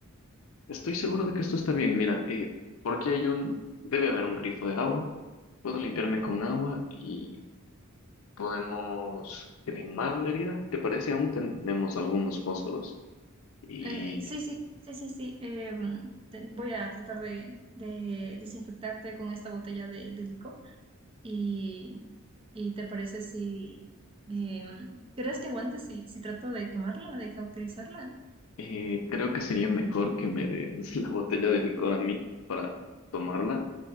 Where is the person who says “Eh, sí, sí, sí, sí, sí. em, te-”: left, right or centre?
Right